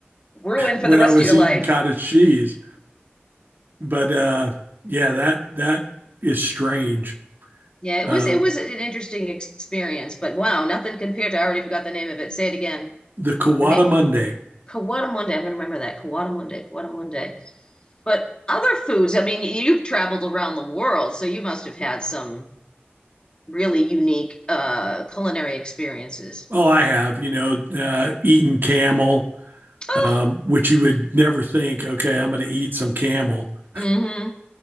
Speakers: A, on the left (about 25°); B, on the right (about 55°).
A: Ruin
B: when
A: for the rest
B: I was
A: of your
B: eating
A: life.
B: cottage cheese. But uh yeah, that that is strange.
A: Yeah, it
B: Uh,
A: was it was an interesting experience, but wow, nothing compared to I already forgot the name of it. Say it again.
B: the Kawada
A: The name
B: Monday.
A: Kawadamunde. I'm going to remember that. Kawadamunde, Kawadamunde. But other foods, I mean, you've traveled around the world, so you must have had some really unique uh, culinary experiences.
B: Oh, I have, you know, uh, eaten camel
A: Oh,
B: um, which you would never think, okay, I'm going to eat some camel. <laughs>
A: mm-hmm.